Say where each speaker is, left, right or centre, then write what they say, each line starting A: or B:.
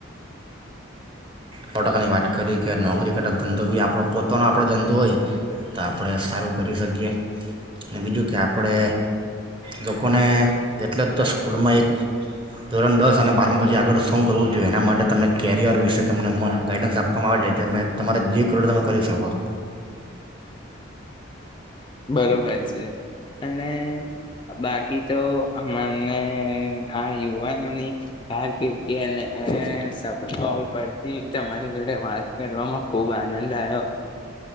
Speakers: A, on the right (about 25°); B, on the left (about 25°).
A: સો ટકાની વાત કરી કે નોકરી કરતા ધંધો બી આપણો પોતાનો આપણો ધંધો હોય તો આપણે સારું કરી શકીએ અને બીજું કે આપણે લોકોને એટલે જ તો સ્કૂલમાં એક ધોરણ દસ અને બારમાં પછી આગળ શું કરવું જોઈએ એના માટે તમને કેરિયર વિશે તમને ગાઈડન્સ આપવામાં આવે છે તમારે જે કરોડ તમે કરી શકો
B: બરોબર અને બાકી તો મને આ યુવાનોની કારકિર્દી અને સપતી તમારી જોડે વાત કરવામાં ખુબ આનંદ આવ્યો